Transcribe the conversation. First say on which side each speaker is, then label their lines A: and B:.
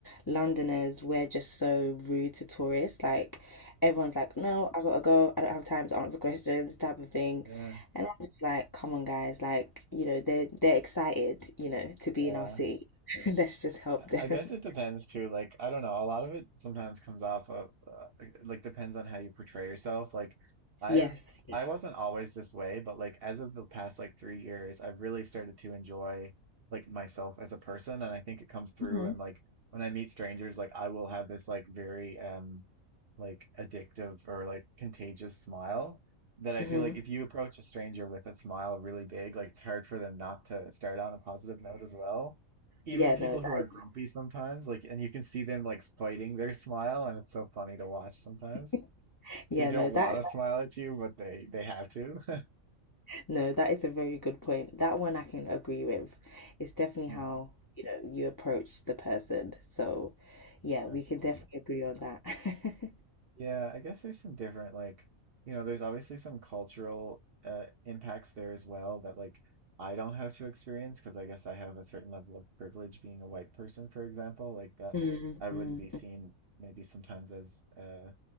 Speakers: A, on the left; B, on the right.
A: Londoners, we're just so rude to tourists. Like everyone's like, no, I gotta go. I don't have time to answer <laughs> questions, type of thing.
B: yeah,
A: And I'm just like, come on, guys. Like, you know, they're they're excited, you know, to be
B: yeah.
A: in our city. <laughs> Let's just help
B: I
A: them.
B: I guess
A: <laughs>
B: it depends too. Like, I don't know. A lot of it sometimes comes off of, uh, like, depends on how you portray yourself. Like, I've,
A: Yes.
B: I wasn't always this way, but like, as of the past like three years, I've really started to enjoy like myself as a person. And I think it comes through.
A: hmm
B: And like, when I meet strangers, like, I will have this like very, um, like addictive or like contagious smile that I
A: hmm
B: feel like if you approach a stranger with a smile really big, like it's hard for them not to start on a positive note as well. Even
A: Yeah,
B: people
A: no, that
B: who are grumpy sometimes, like, and you can see them like fighting their smile, and it's so funny to watch sometimes.
A: is. <laughs> Yeah,
B: They don't
A: no, that
B: want to smile at you, but they they have to. <laughs>
A: No, that is a very good point. That one I can agree with. It's definitely
B: Mm,
A: how, you know, you approach the person. So, yeah,
B: absolutely.
A: we can definitely agree on that. <laughs>
B: Yeah, I guess there's some different like, you know, there's obviously some cultural uh, impacts there as well that like I don't have to experience because I guess I have a certain level of privilege being a white person, for example, like that
A: Mm,
B: I wouldn't
A: mm,
B: be seen
A: mm.
B: maybe sometimes as uh